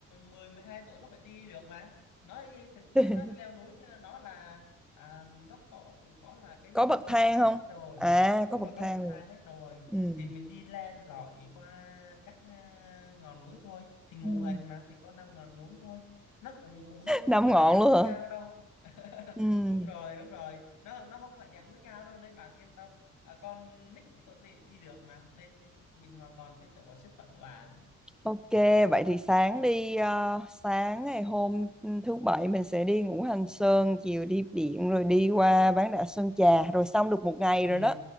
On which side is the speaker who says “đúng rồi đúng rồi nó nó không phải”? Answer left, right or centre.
Left